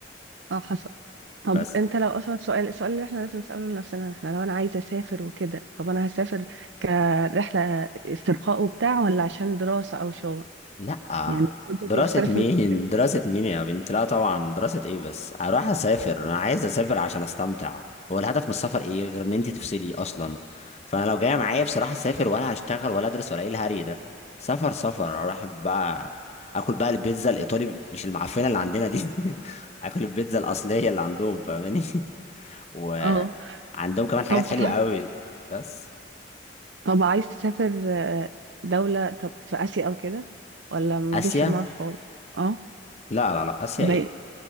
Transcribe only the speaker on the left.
بس
لا
دراسة
مين
دراسة مين يا بنت لا طبعا دراسة ايه بس اروح اسافر انا عايز اسافر عشان استمتع هو الهدف من السفر ايه غير ان انت تفصلي اصلا فانا لو جاية معايا بصراحة اسافر ولا هشتغل ولا ادرس ولا ايه الهري ده سفر سفر اروح بقى اكل بقى البيتزا الايطالي مش المعفنة اللي عندنا دي <laughs> اكل البيتزا الاصلية اللي عندهم فاهماني <laughs> وعندهم
كمان حاجات
حلوة
قوي بس
اسيا
لا لا لا اسيا
ايه